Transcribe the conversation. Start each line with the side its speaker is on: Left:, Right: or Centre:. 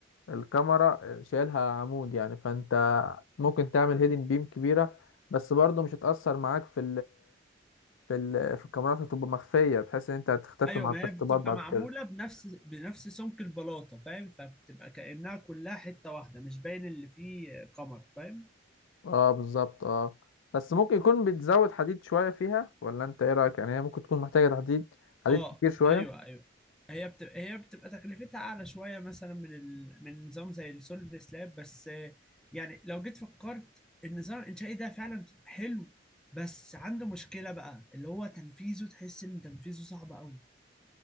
Left: الكاميرا شايلها عمود يعني فانت ممكن تعمل هيدن بيم كبيرة بس برضو مش هتأثر معاك في في ال... في الكاميرات هتبقى مخفية بحيث ان انت هتختفي
Centre: ايوه
Left: مع
Centre: ما
Left: التشطيبات
Centre: هي بتبقى
Left: بعد
Centre: معموله
Left: كده
Centre: بنفس بنفس سمك البلاطه فاهم فبتبقى كانها كلها حته واحده مش باين اللي فيه قمر فاهم
Left: اه بالظبط اه بس ممكن يكون بتزود حديد شوية فيها ولا انت ايه رأيك يعني هي ممكن تكون محتاجة حديد حديد
Centre: اه
Left: كتير شوية
Centre: ايوه ايوه هي بتبقى هي بتبقى تكلفتها اعلى شويه مثلا من ال... من نظام زي السوليد سلاب بس آه، يعني لو جيت فكرت النظام الانشائي ده فعلا حلو بس عنده مشكله بقى اللي هو تنفيذه تحس ان تنفيذه صعب قوي